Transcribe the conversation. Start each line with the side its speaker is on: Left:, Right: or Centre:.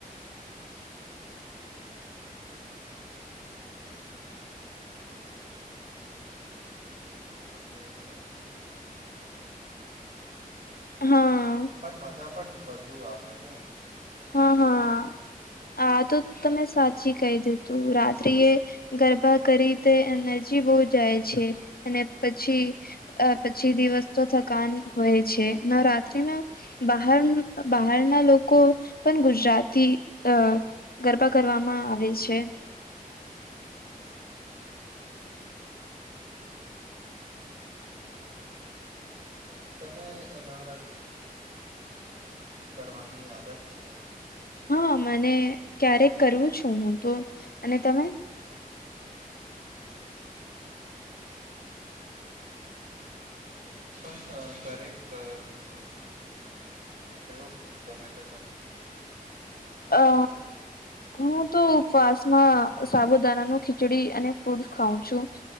Right: હા, એ તો તને સાચું કીધું. <unintelligible> પણ થઈ જાય. અને પછી બીજા દિવસે થકાન લાગે. તો
Left: હા
Right: પન-પન મજા પણ વધુ આવે ને નવરાત્રિમાં
Left: હા હા
Right: તો આપણે.
Left: આ તો તમે સાચી કહી દીધું તું. રાત્રિ એ ગરબા કરી તે એનર્જી બહુ જાય છે. અને પછી અહ પછી દિવસ તો થકાન હોય છે. નવરાત્રીમાં બહાર-બહારના લોકો પણ ગુજરાતી અહ ગરબા કરવામાં આવે છે.
Right: હમ્મ-હમ્મ. આ તો તને સાચું કીધું. તને નવરાત્રીમાં ઉપ વાસ ક કરવાની આદત છે? હું કરું
Left: હા
Right: છું
Left: મને ક્યારેક કરવું છું હું તો. અને તમે?
Right: હા હું તું હું પણ કરેક કરું છું. ઉપવાસ કયો ફૂડ ગમે છે તમે? શું ખાવ છો
Left: અ
Right: તમે?
Left: હું તો ઉપવાસમાં સાબુદાના નો ખીચડી, અને ફ્રૂટસ ખાઉં છું.